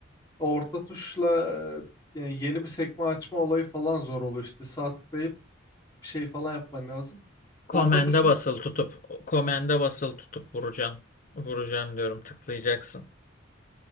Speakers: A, on the left; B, on the left.
A: orta tuşla e, yani yeni bir sekme açma olayı falan zor oluyor işte. Sağ tıklayıp bir şey falan yapman lazım.
B: Komende
A: Orta tuşu
B: basılı tutup, komende basılı tutup vuracaksın. Vuracaksın diyorum tıklayacaksın.